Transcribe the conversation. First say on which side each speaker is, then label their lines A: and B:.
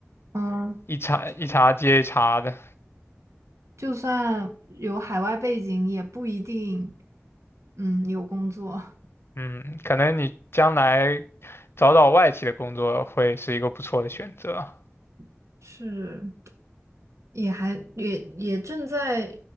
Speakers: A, on the right; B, on the left.
A: 嗯，
B: 一茬一茬接一茬的。
A: 就就算有海外背景，也不一定，嗯，有工作。
B: 嗯，可能你将来找找外企的工作会是一个不错的选择。
A: <laughs> 是，也还也也正在